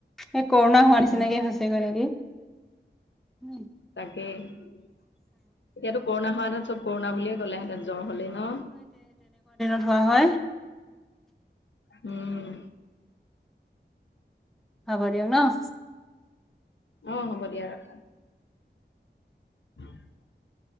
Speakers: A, in the centre; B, on the left.
A: হেই কৰোণা হোৱা নিচিনাকে
B: উম
A: হৈছেগৈ নেকি। উম
B: তাকেই। এতিয়াতো কৰোণা হোৱাহেঁতেন চব কৰোণা বুলিয়ে ক'লেহেঁতেন জ্বৰ হ'লেই ন'?
A: হয় হয়।
B: উম।
A: হব দিয়া ন'?
B: অ' হ'ব দিয়া, ৰাখা। <unintelligible>